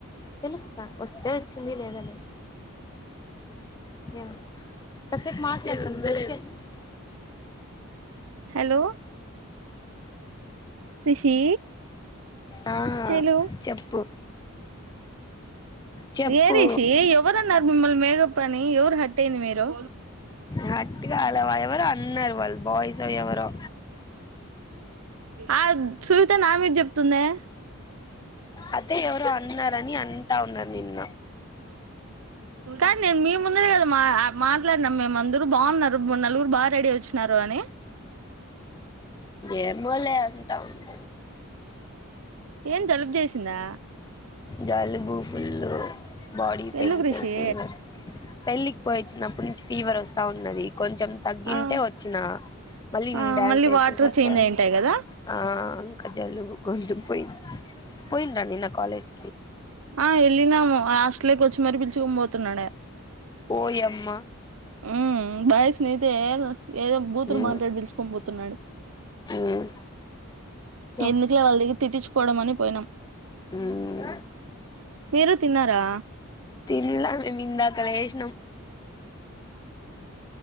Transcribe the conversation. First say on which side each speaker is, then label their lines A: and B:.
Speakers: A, on the left; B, on the right.
A: పిలుస్తా వస్తే వచ్చింది లేదా లేదు ఏమో కాసేపు మాట్లాడతా ఉండు బ్రష్ చేసి వస్తా
B: హలో రిషీ
A: ఆ
B: హలో
A: చెప్పు చెప్పు
B: ఏ రిషీ ఎవరు న్నారు మిమ్మల్ని మేకప్ అని ఎవరు హర్ట్ అయింది మీరు
A: గట్టిగ అలా వ ఎవరో అన్నారు వాళ్ళు బాయ్స్ యో ఎవరో
B: ఆ సునిత నా మీద చెప్తుందే
A: అదే ఎవరో అన్నారని అంటా ఉన్నది నిన్న
B: కానీ నేను మీ ముందే కదా మా ఆ మాట్లాడినాం మేము అందరు బాగున్నారు నలుగురు బాగా రెడీ అయి వచ్చినారు అని
A: ఏమోలే అంతా ఉంటా
B: ఏం జలుబు చేసిందా
A: జలుబు ఫుల్లు బాడీ పెయిన్స్
B: ఎందుకు రిషి
A: ఫీవర్ పెళ్ళికి పోయి వచ్చినప్పటి నుంచి ఫీవర్ వస్తా ఉన్నది కొంచెం తగ్గింటే
B: ఆ
A: వచ్చినా మళ్ళీ
B: ఆ
A: డ్యాన్స్
B: మళ్ళీ
A: చేసేసరికి
B: వాటర్ చేంజ్ అయింటాయి కదా
A: ఆ ఇంకా జలుబు గొంతు పోయింది పోయిండ్రా నిన్న కాలేజ్
B: ఆ వెళ్ళినం హాస్టల్ కి వచ్చి మరీ పిలుచుకోని పోతున్నాడే
A: ఓయమ్మ
B: ఉ బాయ్స్ నైతే ఏదో బూతులు
A: మ్మ్
B: మాట్లాడి పిలుచుకొని పోతున్నాడు
A: మ్మ్ చెప్
B: ఎందుకలే వాళ్ళ దగ్గర తిట్టిచ్చుకోవడం అని పోయినాం
A: మ్మ్
B: మీరు తిన్నారా
A: తినాలే మేము ఇందాక లేసినం